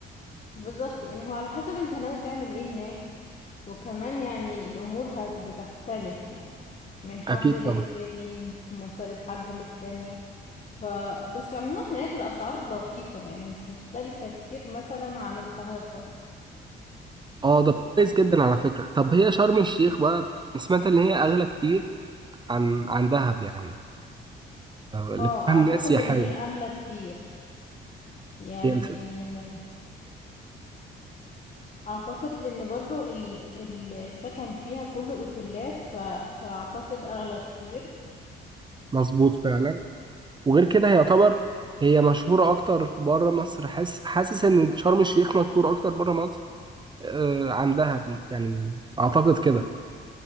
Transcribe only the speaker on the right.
اكيد
طبعا
اه ده كويس جدا على فكرة طب هي شرم الشيخ بقى أنا سمعت ان هي اغلى كتير عن عن دهب يعني آه، اللي
كلها
الناس سياحية
هي الفكرة
مظبوط فعلا وغير كده هي يعتبر هي مشهورة اكتر بره مصر حاسس حاسس ان شرم الشيخ مشهورة اكتر بره مصر آه، عن دهب يعني اعتقد كده